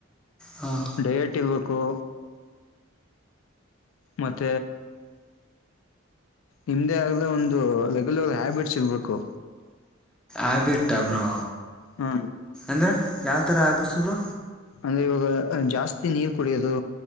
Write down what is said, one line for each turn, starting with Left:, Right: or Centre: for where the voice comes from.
Centre: ಹಾಂ
Left: ಡಯಟ್ ಇರ್ಬೇಕು ಕೂ ಮತ್ತ ನಿಮ್ದೇ ಆದ ಒಂದು ರೆಗ್ಯುಲರ್ ಹ್ಯಾಬಿಟ್ಸ್ ಇರ್ಬೇಕು
Centre: ಆಬಿಟ್ಟ ಬ್ರೋ
Left: ಹಾ
Centre: ಅಂದ್ರರೆ ಯಾವ ಥರ ಆಬಿಡ್ಸರು
Left: ಅಂದ್ರೆ ಇವಾಗ ಜಾಸ್ತಿ ನೀರ್ ಕುಡಿಯೋದು